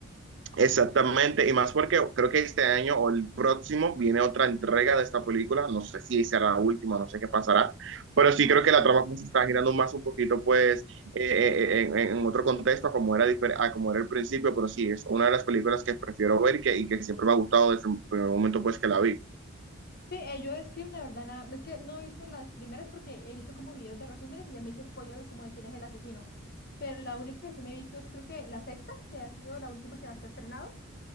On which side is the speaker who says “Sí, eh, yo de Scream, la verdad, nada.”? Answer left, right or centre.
Left